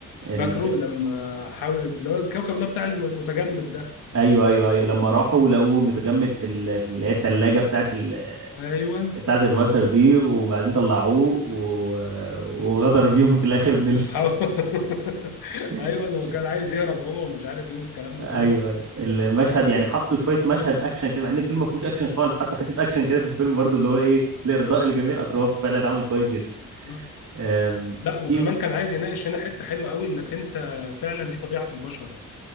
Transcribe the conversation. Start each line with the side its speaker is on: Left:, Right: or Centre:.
Right: ال...
Left: فاكره لما حاول اللي هو الكوكب اللي هو بتاع المتجمد ده
Right: ايوه ايوه ايوه لما راحوا لقوه متجمد في ال... في اللي هي الثلاجه بتاعت ال...
Left: أيوه
Right: بتاعت البشر دي وبعدين طلعوه و... وغدر بيهم في الاخر من ال...
Left: حاول <laughs>
Right: <laughs>
Left: أيوه هو كان عايز يهرب هو ومش عارف إيه الكلام ده
Right: ايوه
Left: كله
Right: ايوه المشهد يعني حطوا شويه مشهد اكشن كده مع ان الفيلم ما فيهوش اكشن خالص حطوا حته اكشن كده في الفيلم برضو اللي هو ايه لارضاء لجميع الاطراف وفعلا اتعمل كويس جدا
Left: مم.
Right: أم...
Left: لا وكمان
Right: في
Left: كان عايز يناقش هنا حتة حلوة قوي إنك أنت فعلا دي طبيعة في البشر